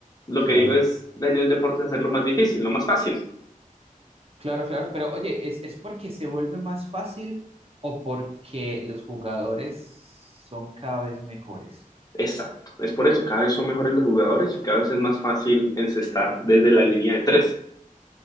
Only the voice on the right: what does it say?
Claro,
claro, claro. Pero oye, ¿es, es porque se vuelve más fácil o porque los jugadores son cada vez mejores?